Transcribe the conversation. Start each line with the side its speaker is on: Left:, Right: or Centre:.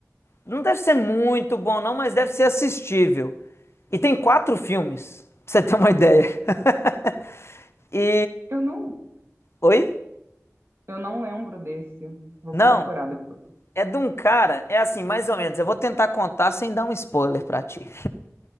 Left: não deve ser muito bom não, mas deve ser assistível. E tem quatro filmes, <laughs> pra você ter uma ideia. <laughs> E...
Right: Eu não,
Left: Oi?
Right: eu não lembro desse. Vou
Left: Não,
Right: procurar depois.
Left: é de um cara, é assim, mais ou menos, eu vou tentar contar sem dar um spoiler pra ti.